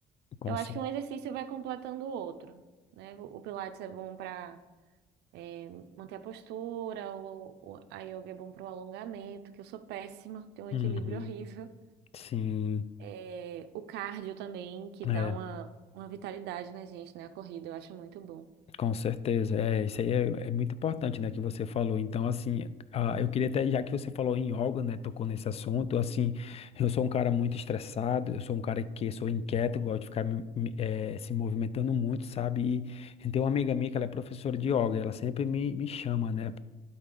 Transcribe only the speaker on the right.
Eu acho que um exercício vai completando o outro, né? O, o Pilates é bom pra é, manter a postura, o, o- a yoga é bom pro alongamento, que eu sou péssima, tenho um
equilíbrio <laughs> horrível.
É, o cardio também, que
dá uma, uma vitalidade na gente, né? A corrida, eu acho muito bom.